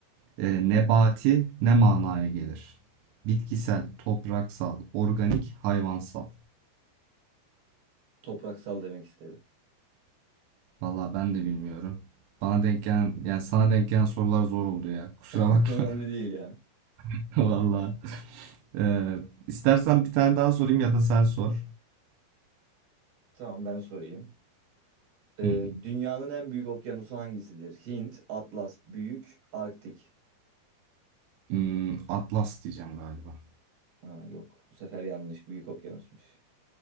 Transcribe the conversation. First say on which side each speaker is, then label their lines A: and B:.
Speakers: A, on the right; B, on the right.
A: Ee, nebati ne manaya gelir? Bitkisel, topraksal, organik, hayvansal.
B: Topraksal demek istedim.
A: Vallahi ben de bilmiyorum. Bana denk gelen, yani sana denk gelen sorular zor oldu ya. Kusura
B: <laughs>
A: bakma.
B: Önemli değil ya.
A: <laughs> Vallahi. Ee, istersen bir tane daha sorayım ya da sen sor.
B: Tamam ben sorayım. Ee,
A: Hı hı.
B: dünyanın en büyük okyanusu hangisidir? Hint, Atlas, Büyük, Arktik.
A: Hmm, Atlas diyeceğim galiba.
B: Ha, yok bu sefer yanlış. Büyük okyanusmuş.